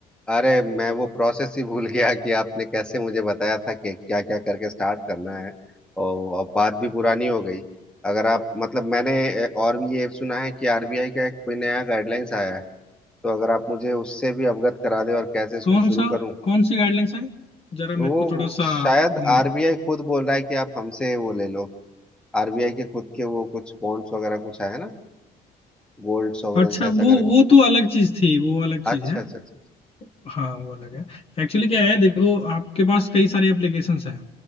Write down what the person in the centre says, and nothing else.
अरे मैं वो प्रोसेस ही भूल गया कि आपने कैसे मुझे बताया था कि क्या क्या करके स्टार्ट करना है और अब बात भी पुरानी हो गई अगर आप मतलब मैंने अ, और भी ये सुना है कि आरबीआई का एक कोई नया गाइडलाइंस आया है तो अगर आप मुझे उससे भी अवगत करा दें और कैसे इसको
शुरू
करूं
वो
शायद
आरबीआई खुद बोल रहा है कि आप हमसे वो ले लो आरबीआई के खुद के वो कुछ बॉन्ड्स वगैरह कुछ है ना गोल्ड सोवरेन्स
ऐसा
करके
अच्छा
अच्छा अच्छा अच्छा।